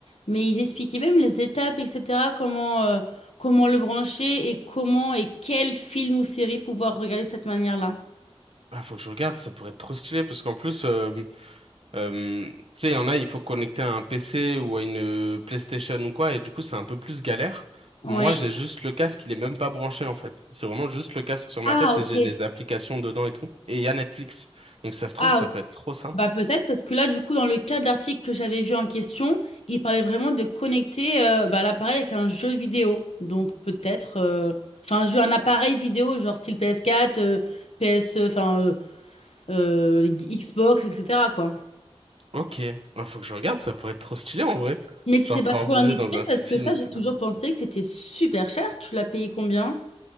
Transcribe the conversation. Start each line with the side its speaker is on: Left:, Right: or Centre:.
Left: Mais ils expliquaient même les étapes, etc. Comment, euh, comment le brancher et comment et quel film ou série pouvoir regarder de cette manière-là.
Right: Ah, faut que je regarde, ça pourrait être trop stylé parce qu'en plus euh, Euh, tu sais, il y en a, il faut connecter à un PC ou à une euh, PlayStation ou quoi, et du coup, c'est un peu plus galère.
Left: Oui.
Right: Moi, j'ai juste le casque, il est même pas branché en fait. C'est vraiment juste le casque sur ma
Left: Ah,
Right: tête
Left: ok.
Right: et j'ai des applications dedans et tout. Et il y a Netflix. Donc, ça se trouve,
Left: Ah,
Right: ça peut être trop simple.
Left: Bah peut-être parce que là du coup dans le cas de l'article que j'avais vu en question, il parlait vraiment de connecter euh, bah, l'appareil avec un jeu vidéo. Donc peut-être euh, enfin un jeu un appareil vidéo genre style PS4, euh, PS euh, P S, enfin euh, euh, Xbox etc. quoi.
Right: Ok, Bah, faut que je regarde, ça pourrait être trop stylé en vrai.
Left: Mais si
Right: Genre
Left: c'est pas
Right: pouvoir
Left: trop
Right: bouger
Left: indiscret
Right: dans un film
Left: parce que ça
Right: et
Left: j'ai
Right: tout
Left: toujours
Right: comme ça.
Left: pensé que c'était super cher. Tu l'as payé combien?